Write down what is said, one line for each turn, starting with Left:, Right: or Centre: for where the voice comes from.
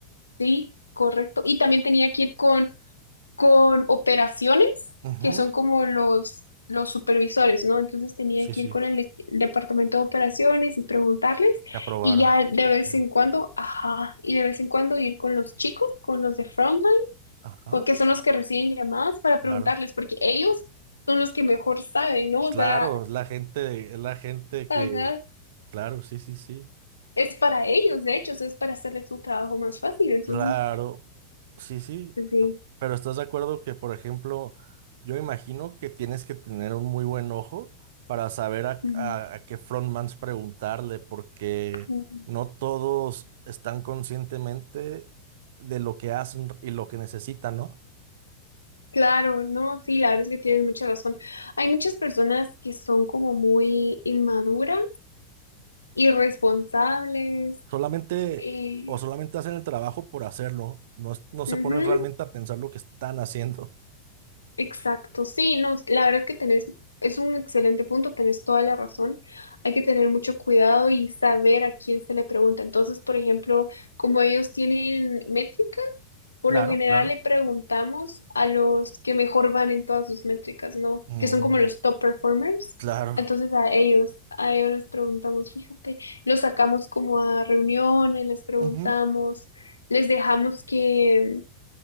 Left: Sí, correcto. Y también tenía que ir con con operaciones,
Right: Ujú,
Left: que son como los, los supervisores, ¿no? Entonces tenía
Right: Sí,
Left: que
Right: sí,
Left: ir con el e- departamento de operaciones y preguntarles
Right: te aprobaron.
Left: y ya de
Right: Ok.
Left: vez en cuando, ajá, y de vez en cuando ir con los chicos, con los de frontline,
Right: Ajá,
Left: co- que son los que reciben llamadas para
Right: claro.
Left: preguntarles, porque ellos son los que mejor saben, ¿no?
Right: Pues
Left: O
Right: claro,
Left: sea,
Right: es la gente, es la gente que,
Left: ajá,
Right: claro, sí, sí, sí.
Left: es para ellos, de hecho, o sea, es para hacerles su trabajo más fácil, entonces,
Right: Claro, sí, sí.
Left: pues, sí.
Right: Pero estás de acuerdo que, por ejemplo, yo imagino que tienes que tener un muy buen ojo para saber a,
Left: Ujú.
Right: a- a qué frontmans preguntarle, porque
Left: ujú.
Right: no todos están conscientemente de lo que hacen y lo que necesitan, ¿no?
Left: Claro, no, sí, la verdad es que tienes mucha razón. Hay muchas personas que son como muy inmaduras, irresponsables,
Right: Solamente
Left: eh,
Right: o solamente hacen el trabajo por hacerlo, no, es- no se
Left: ujú,
Right: ponen realmente a pensar lo que están haciendo.
Left: Exacto, sí, no, la verdad es que tenés, es un excelente punto, tenés toda la razón. Hay que tener mucho cuidado y saber a quién se le pregunta. Entonces, por ejemplo, como ellos tienen métricas, por
Right: Claro,
Left: lo general
Right: claro.
Left: le preguntamos a los que mejor van en todas sus métricas, ¿no?
Right: Mm,
Left: Que son como los top performers.
Right: claro.
Left: Entonces a ellos, a ellos les preguntamos, fíjate, los sacamos como a reuniones, les preguntamos,
Right: Ujú,
Left: les dejamos que